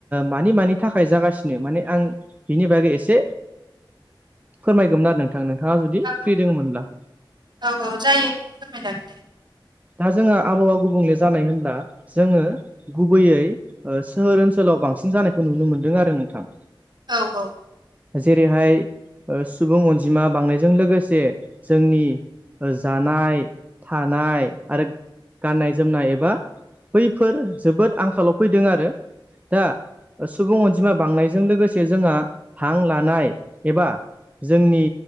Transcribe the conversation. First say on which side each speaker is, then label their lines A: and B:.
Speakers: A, on the right; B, on the right.
A: मानि मानि थाखाय जागासिनो माने आं बिनि बागै एसे फोरमायगौमोन आरो नोंथां नोंथाङा जुदि
B: औ
A: फ्रि दङमोनब्ला
B: औ औ जायो फोरमाय जागोन
A: दा जोंहा आबहावा गुबुंले जानाय होनब्ला जोङो गुबैयै सोहोर ओनसोलाव बांसिन जानायखौ नुनो मोनदों आरो नोंथां
B: औ औ
A: जेरैहाय सुबुं अनजिमा बांनायजों लोगोसे जोंनि ओ जानाय थानाय आरो गाननाय जोमनाय एबा बैफोर जोबोद आंखालाव फैदों आरो दा सुबुं अनजिमा बांनायजों लोगोसे जोंहा हां लानाय एबा जोंनि